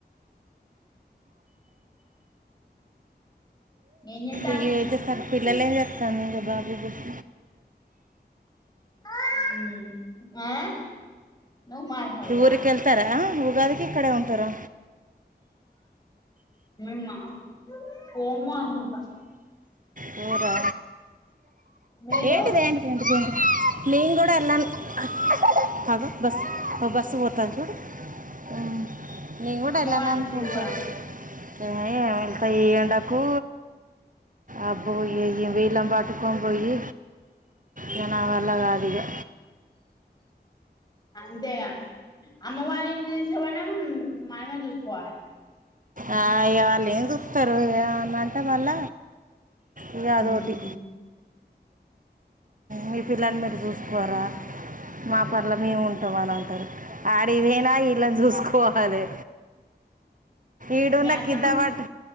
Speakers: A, on the left; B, on the right.
A: ఏం చేత్తానవ్
B: ఇ అయితే సార్ పిల్లలు ఏం చేస్త తనీగె బాబీ గుష్
A: ఉమ్ ఆ నువ్వు మాట్లాడరా
B: ఊరికెళ్తారా ఊ రవే ఇక్కడే ఉంటారా
A: మేమా పోము అనుకుంట
B: పోరా
A: మీరు
B: ఏంటిది ఏంటిది ఏంటిదింటి మేమ్ కూడా <inaudible> బస్ అ బస్ పోతాను ఉమ్ నేను కూడా
A: అమ్మ
B: అట్లనే
A: వాళ్ళ
B: అనుకుంటా
A: ఇంటికి పోరా
B: ఉమ్ వెళ్తా ఈ ఎండకు అబోయేది వీళ్ళను పాటుకోం పోయి ఇగ నా వల్ల కాదిగా
A: అంతేగా అమ్మ వాళ్ల ఇంటికి తీసుకోపోయినా మనమే చూసుకోవాలే
B: ఆ ఇగ వాళ్లేం చుతారు ఇగ న అంటే మల్ళ ఇగ గా అదోటి
A: ఉమ్
B: మీ పిల్లలు మీరు చూసుకోరా మా పన్ల మేము ఉంటాం అని అంటరు ఆడిగి వేన ఇలాను చూసుకోవ అదే ఇడున్న
A: మీ అత్తమ్మ
B: కిద
A: గా
B: వాట్